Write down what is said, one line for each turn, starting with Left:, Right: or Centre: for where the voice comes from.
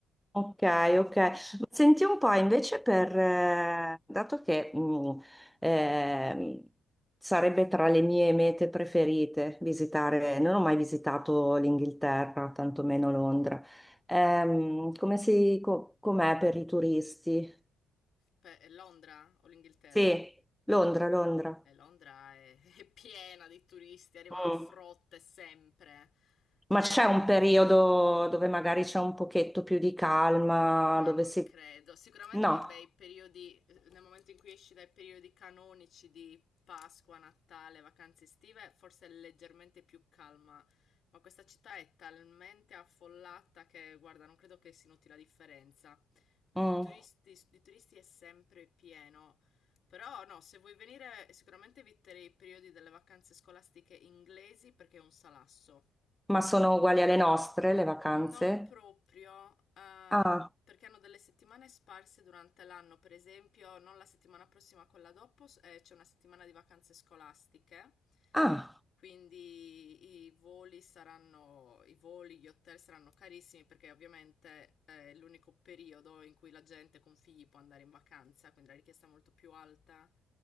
Centre: Ok, ok. Ma
Left: <laughs>
Centre: Senti un po' invece per, eh, dato che mm, ehm, sarebbe tra le mie mete preferite visitare, non ho mai visitato l'Inghilterra, tantomeno Londra.
Left: Mm-mm.
Centre: Ehm, come si, co- com'è per i turisti?
Left: Pe- è Londra o l'Inghilterra?
Centre: Sì, Londra, Londra.
Left: E Londra è, <laughs> è piena di turisti, arrivano
Centre: Mm.
Left: a frotte sempre. Eh,
Centre: Ma c'è un periodo dove magari c'è un pochetto più di calma,
Left: Ma
Centre: dove
Left: non
Centre: si...
Left: credo. Sicuramente,
Centre: No,
Left: vabbè, i periodi, eh, nel momento in cui esci dai periodi canonici di Pasqua, Natale, vacanze estive, forse è leggermente più calma. Ma questa città è talmente affollata che, guarda, non credo che si noti la differenza.
Centre: Mm.
Left: I turisti, di turisti è sempre pieno. Però no, se vuoi venire, sicuramente eviterei i periodi delle vacanze scolastiche inglesi perché è un salasso.
Centre: Ma sono
Left: I-
Centre: uguali alle nostre le vacanze?
Left: non proprio, eh,
Centre: Ah,
Left: perché hanno delle settimane sparse durante l'anno, per esempio, non la settimana prossima, quella dopo, s- eh, c'è una settimana di vacanze scolastiche,
Centre: ah,
Left: quindi i voli saranno, i voli, gli hotel saranno carissimi perché ovviamente eh, è l'unico periodo in cui la gente con figli può andare in vacanza, quindi la richiesta è molto più alta.